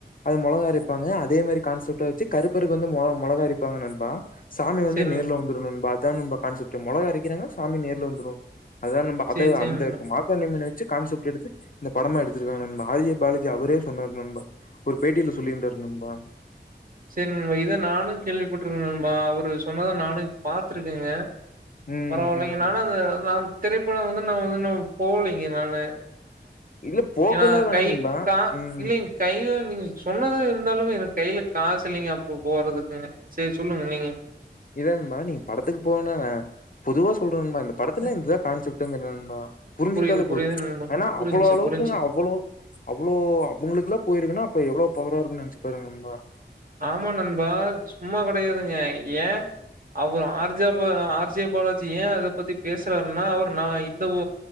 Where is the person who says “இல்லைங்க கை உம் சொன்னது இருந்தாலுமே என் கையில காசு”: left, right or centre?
Right